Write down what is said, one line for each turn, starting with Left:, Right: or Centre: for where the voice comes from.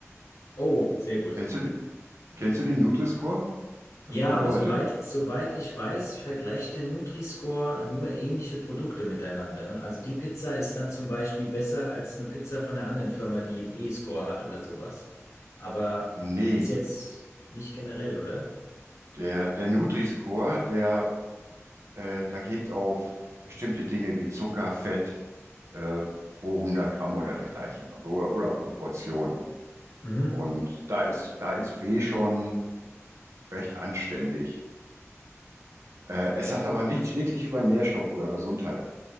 Left: Oh, sehr gut.
Right: Kennst du, Kennst du den Nutri-Score?
Left: Ja,
Right: Was der bedeutet?
Left: aber soweit, soweit ich weiß, vergleicht der Nutri-Score nur ähnliche Produkte miteinander, ne? Also die Pizza ist dann zum Beispiel besser als eine Pizza von einer anderen Firma, die einen E-Score hat oder sowas. Aber
Right: Nee,
Left: ist jetzt nicht generell, oder?
Right: der, der Nutri-Score, der, äh, da geht auf bestimmte Dinge wie Zucker, Fett, äh, pro hundert Gramm oder dergleichen also, oder, oder Proportion.
Left: Mhm.
Right: Und da ist, da ist B schon recht anständig. Äh, es sagt aber nichts wirklich über Nährstoff oder Gesundheit